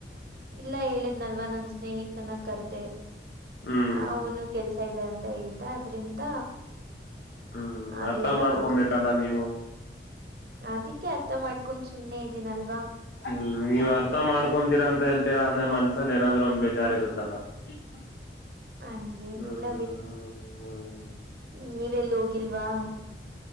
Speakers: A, on the right; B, on the left.
A: ಇಲ್ಲ ಹೇಳಿದ್ನಲ್ವ ನನ್ ಸ್ನೇಹಿತನ ಕರ್ದೆ
B: ಹ್ಮ್
A: ಆ ಅವನು ಕೆಲ್ಸ ಇದೆ ಅಂತ ಹೇಳ್ದ ಅದ್ರಿಂದ
B: ಹ್ಮ್
A: ಆಗ್ಲಿಲ್ಲ
B: ಅರ್ಥ ಮಾಡ್ಕೊಬೇಕಲ್ಲ
A: ಹೋಗಕ್ಕೆ.
B: ನೀವು
A: ಅದಕ್ಕೆ ಅರ್ಥ ಮಾಡ್ಕೊಂಡು ಸುಮ್ಮ್ನೆ ಇದಿನಲ್ವಾ
B: ಹ್ಮ್ ನೀವ್ ಅರ್ಥ ಮಾಡ್ಕೊಂತೀರಾ ಅಂತ ಹೇಳ್ತೀರಾ ಅಂದ್ರೆ ಮನ್ಸಲ್ಲಿ ಏನಾದ್ರರು ಒಂದ್ ಬೇಜಾರ್ ಇರುತ್ತಲ್ಲಾ.
A: <unintelligible>
B: ಹ್ಮ್
A: ಹಂಗೇನಿಲ್ಲ
B: ಹ್ಮ್ ಹ್ಮ ಹ್ಮ
A: ಹ್ಮ್ ನೀವೆಲ್ಲು ಹೋಗಿಲ್ವಾ.